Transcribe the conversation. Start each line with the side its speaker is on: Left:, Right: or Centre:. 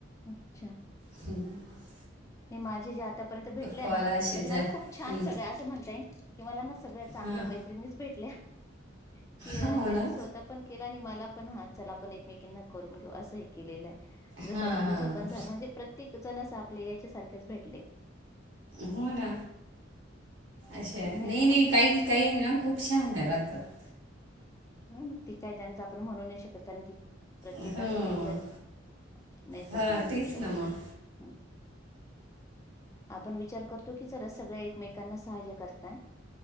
Left: अच्छा
Right: हम्मं
Left: मी माझे जे आंतापर्यंत भेटले
Right: कॉल
Left: नां म्हणजे
Right: असेच झाले
Left: मलां खूंप छांन
Right: हं.
Left: सगळं असं म्हणतां येईन कि मलां नां सगळ्यां चांगल्या
Right: हां
Left: मैत्रिणीचं भेटल्यां कि
Right: हां हो
Left: त्यांनी
Right: ना
Left: स्वंतः पणं केलां आणि मलां पणं हां चलां आपणं एकमेकांना करूंन घेऊं असं एक केलेलं आहे
Right: हां
Left: जसं आंता तुझं
Right: हां
Left: पणं झालं म्हणजे प्रत्येक जणं आपल्यां यांच्या सारखे चं भेटले
Right: हो नां अच्छा नाहीं
Left: नाही तर
Right: नाहीं
Left: मग
Right: कांहीं कांहीं नां खूंप श्याहाण्यांना राहतांत
Left: हं मंग ते कायं त्यांच आपणं म्हणूंन नाहीं शकतं कारणं की प्रत्येकाचं
Right: हं.
Left: नेचर नाहींच
Right: हां,
Left: आपणं बदलूं
Right: तेच
Left: शकतं
Right: ना मग.
Left: हं आपणं विचार करतो की चलां सगळ्यां एकमेकांना सहांय्य करतांय